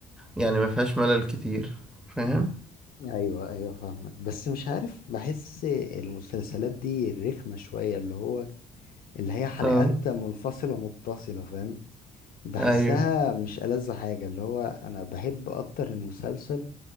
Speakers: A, in the centre; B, on the left.
A: يعني ما فيهاش ملل كتير فاهم؟
B: ايوه ايوه فاهمك بس مش عارف بحس المسلسلات دي رخمة شوية اللي هو اللي هي حلقات
A: اه
B: منفصلة متصلة فاهم بحسها
A: ايوه
B: مش ألذ حاجة اللي هو انا بحب اكتر المسلسل